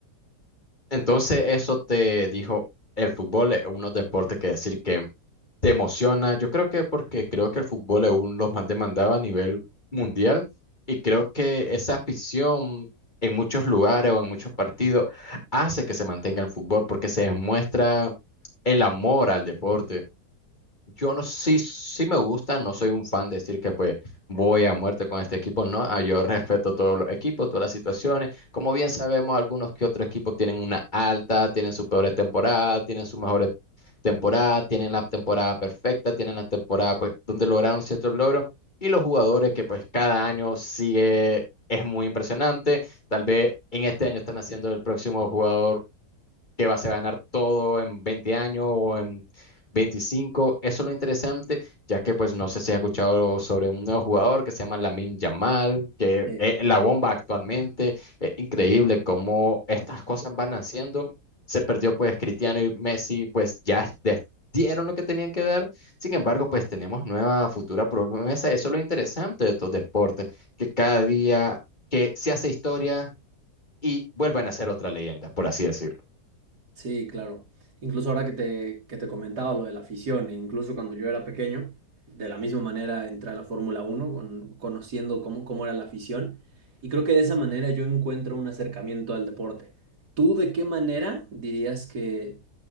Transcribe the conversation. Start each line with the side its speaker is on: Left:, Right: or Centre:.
Left: Entonces, eso te dijo, el fútbol es uno deporte que decir que te emociona. Yo creo que porque creo que el fútbol es uno de los más demandados a nivel mundial y creo que esa afición en muchos lugares o en muchos partidos hace que se mantenga el fútbol porque se demuestra el amor al deporte. Yo no sí, sí me gusta, no soy un fan de decir que pues voy a muerte con este equipo, no, ah, yo <laughs> respeto todos los equipos, todas las situaciones, como bien sabemos, algunos que otros equipos tienen una alta, tienen sus peores temporadas, tienen sus mejores temporadas, tienen la temporada perfecta, tienen la temporada pues donde lograron ciertos logros y los jugadores que pues cada año sigue, es muy impresionante, tal vez en este año están haciendo el próximo jugador que vas a ganar todo en 20 años o en veinticinco Eso es lo interesante, ya que pues no sé si has escuchado sobre un nuevo jugador que se llama Lamine Yamal, que
Right: Sí,
Left: es la bomba actualmente. Es increíble cómo estas cosas van naciendo Se perdió pues Cristiano y Messi, pues ya des- dieron lo que tenían que dar. Sin embargo, pues tenemos nueva futura promesa. Eso es lo interesante de estos deportes, que cada día que se hace historia y vuelvan a ser otra leyenda, por así decirlo.
Right: Sí, claro. Incluso ahora que te, que te comentaba lo de la afición, e incluso cuando yo era pequeño, de la misma manera entré a la Fórmula Uno con- conociendo cómo, cómo era la afición, y creo que de esa manera yo encuentro un acercamiento al deporte. ¿Tú de qué manera dirías que